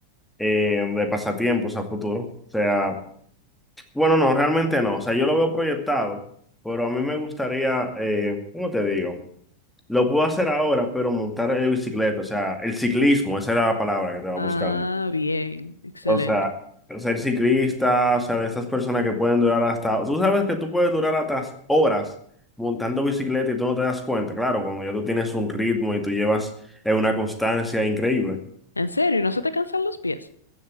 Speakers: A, in the centre; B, on the left.
A: eh, de pasatiempos a futuro. O sea, bueno, no, realmente no. O sea, yo lo veo proyectado, pero a mí me gustaría, eh, ¿cómo te digo? Lo puedo hacer ahora, pero montar en bicicleta, o sea, el ciclismo, esa era la palabra que estaba
B: Ah,
A: buscando.
B: bien, excelente.
A: O sea, ser ciclista, o sea, de esas personas que pueden durar hasta, tú sabes que tú puedes durar hasta horas montando bicicleta y tú no te das cuenta, claro, cuando ya tú tienes un ritmo y tú llevas eh, una constancia increíble,
B: ¿En serio? ¿No se te cansan los pies?